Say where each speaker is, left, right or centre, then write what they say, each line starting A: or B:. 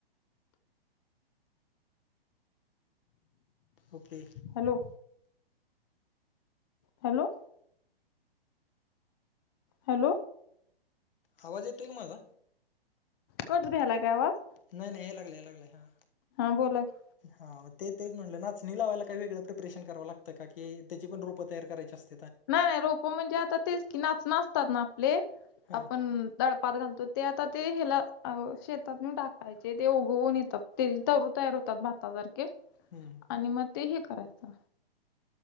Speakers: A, on the left; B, on the left.
A: ओके.
B: Hello, hello. हॅलो,
A: आवाज येतोय, काय माझा.
B: कट वहालय का आवाज?
A: नाही नाही या लागला, या लागलाय हा.
B: हा, बोला की.
A: हा तेच म्हटलं नाचणी लावायला काही वेगळं प्रिपरेशन करावं लागतं का, की त्यांची पण रोपं तयार करायची असतं.
B: नाय नाय रोप म्हणजे आता तेच की, नाचणं असतात आपले
A: हां
B: आपण. दळपात घालतो ते आता ते, हेला शेतात न्हेवून टाकायचे ते उगवून येतात. तेचे तरु तयार होतात. भातासारखे,
A: हम्.
B: आणि मग ते हे, करायचं